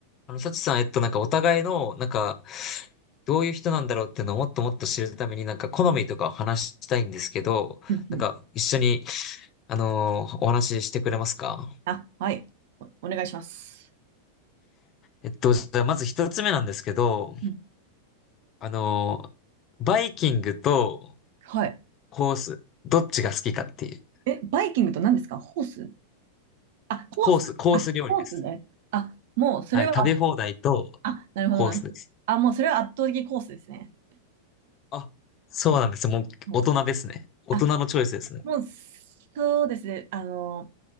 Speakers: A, on the left (about 35°); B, on the right (about 50°).
A: あの、サチさん、えっと、なんかお互いの、なんか、どういう人なんだろうっていうのをもっともっと知るために、なんか好みとかを話したいんですけど、
B: うんうん。
A: なんか一緒に、あのーお話ししてくれますか
B: あ、はい。お、お願いします。
A: えっと、じゃあまず一つ目なんですけど、
B: うん
A: あのーバイキングと
B: はい。
A: コース、どっちが好きかっていう。
B: え、バイキングと何ですかホースあ、コース。
A: コース、コース料理です。
B: あ、コースね。あ、もうそれは、
A: はい、食べ放題と
B: あ、なるほど、
A: コースです。
B: なるほど。あ、もうそれは圧倒的コースですね。
A: あ、そうなんです。もう大人ですね。
B: はい。
A: 大人のチョイスですね。
B: あ、もうそうですね。あの、